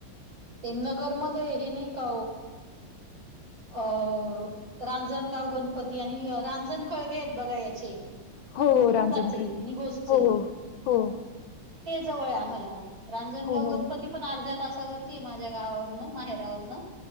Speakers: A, on the right; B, on the left.
A: ते नगर मध्ये हे नाही का अ रांजणगाव गणपती आणि रांजण खळगे आहेत बघा याचे
B: हो
A: न
B: हो
A: कुंडाचे
B: रांजण खळगे
A: निघोषचे
B: हो हो हो
A: ते जवळ आहे आम्हाला रांजणगाव
B: हो हो
A: गणपती पण अर्ध्या तासावर त माझ्या गावावरन माहेरावरन